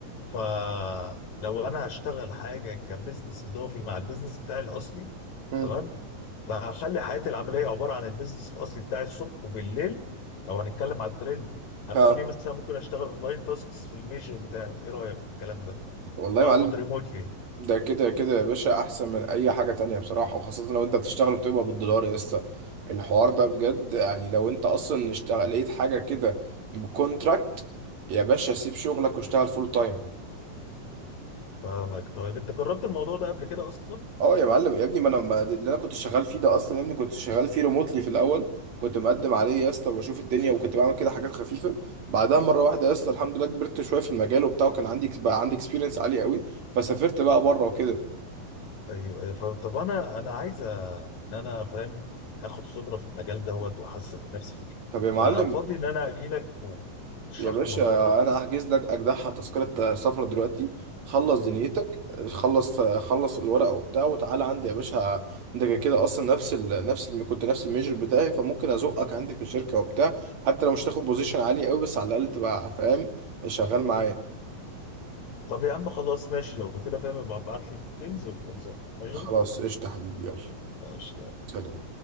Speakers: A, on the left; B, on the right.
A: فلو انا هشتغل حاجه كبزنس اضافي مع البزنس بتاعي الاصلي
B: مم.
A: تمام فهخلي حياتي العمليه عباره عن البزنس الاصلي بتاعي الصبح وبالليل لو هنتكلم على الترند هخلي
B: ها
A: مثلا ممكن اشتغل اونلاين تاسكس في الميجر بتاعي ايه رايك في الكلام ده
B: والله
A: وهقبض
B: يا معلم
A: ريموتلي
B: ده كده كده يا باشا احسن من اي حاجه تانية بصراحه وخاصه لو انت بتشتغل وبتقبض بالدولار يا اسطى الحوار ده بجد يعني لو انت اصلا اشتغل لقيت حاجه كده بكونتراكت يا باشا سيب شغلك واشتغل فول تايم
A: فاهمك طيب انت جربت الموضوع ده قبل كده اصلا
B: اه يا معلم يا ابني ما انا ما اللي انا كنت شغال فيه ده اصلا يا ابني كنت شغال فيه ريموتلي في الاول كنت مقدم عليه يا اسطى واشوف الدنيا وكنت بعمل كده حاجات خفيفه بعدها مره واحده يا اسطى الحمد لله كبرت شويه في المجال وبتاع وكان عندي بقى عندي اكسبيرينس عالي قوي فسافرت بقى بره وكده
A: ايوه أيوة، فاهم طب انا انا عايز أ- ان انا فاهم اخد خبره في المجال دوت واحسن من نفسي فيه
B: طب يا معلم
A: ففاضي ان انا اجي لك وتشرح
B: يا باشا
A: لي الموضوع ده
B: انا احجز لك اجدعها تذكره سفر دلوقتي خلص دنيتك خلص خلص الورق وبتاع وتعالى عندي يا باشا انت كده كده اصلا نفس ال... نفس ال... كنت نفس الميجر بتاعي فممكن ازقك عندي في الشركه وبتاع حتى لو مش تاخد بوزيشن عالي قوي بس على الاقل تبقى فاهم شغال معايا
A: طب يا عم خلاص ماشي لو كده فاهم ابقى ابعت لي الديتيلز ونظبط ماشي
B: خلاص قشطه حبيبي يلا
A: ماشي
B: سلام